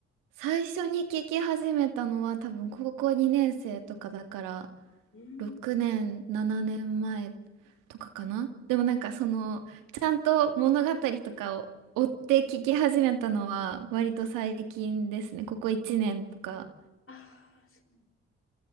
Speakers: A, on the right (about 80°); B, on the left (about 40°).
A: 最初に聞き始めたのは多分高校2年生とかだから
B: うん。
A: 6年、7年前とかかな。でもなんかそのちゃんと物語とかを追って聞き始めたのは割と最近ですね。ここ1年とか。
B: ああ、そう。